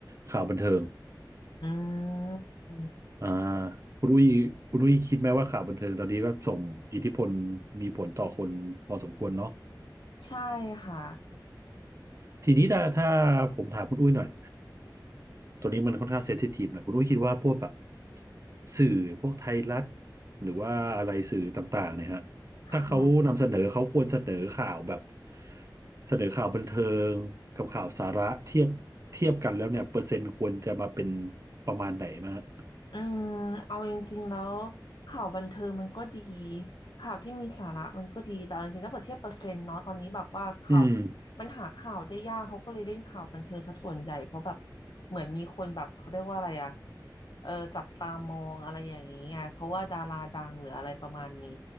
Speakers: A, on the right; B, on the left.
A: ข่าวบันเทิง
B: อืม
A: อ่าคุณอุ้ยคุณอุ้ยคิดไหมว่าข่าวบันเทิงตอนนี้ก็ส่งอิทธิพลมีผลต่อคนพอสมควรเนาะ
B: ใช่ค่ะ
A: ทีนี้ถ้าถ้าผมถามคุณอุ้ยหน่อย ตัวนี้มันค่อนข้างเซนซิทีฟหนะคุณอุ้ยคิดว่าพวกแบบสื่อพวกไทยรัฐหรือว่าอะไรสื่อต่างๆเนี่ยฮะ
B: ค่ะ
A: ถ้าเขานำเสนอเขาควรเสนอข่าวแบบเสนอข่าวบันเทิงกับข่าวสาระเทียบเทียบกันแล้วเนี่ยเปอร์เซ็นต์ควรจะมาเป็นประมาณไหนมาฮะ
B: อืมเอาจริงๆแล้วข่าวบันเทิงมันก็ดีข่าวที่มีสาระมันก็ดีแต่เอาจริงๆถ้าเปรียบเทียบเปอร์เซ็นต์เนาะตอนนี้แบบว่าข่าว
A: อืม
B: มันหาข่าวได้ยากเขาก็เลยเล่นข่าวบันเทิงซะส่วนใหญ่เพราะแบบเหมือนมีคนแบบเขาเรียกว่าอะไรอะเออจับตามองอะไรอย่างนี้ไงเพราะว่าดาราดังหรืออะไรประมาณนี้